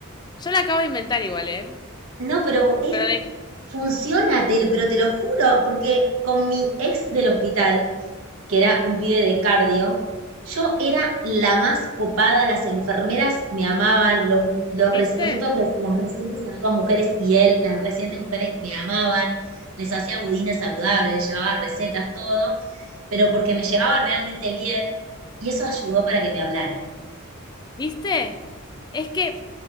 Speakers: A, on the left; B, on the right.
A: Yo la acabo de inventar igual, ¿eh?
B: No, pero es,
A: Pero la...
B: funciona, te lo- pero te lo juro, porque con mi ex del hospital, que era un pibe de cardio, yo era la más copada, las enfermeras me amaban, los, los,
A: ¿Viste?
B: res- los otros las residentes eran todas mujeres y él, las residentes mujeres me amaban, les hacía budines saludables, les llevaba recetas, todo, pero porque me llevaba realmente bien y eso ayudó para que me hablara.
A: ¿Viste? Es que,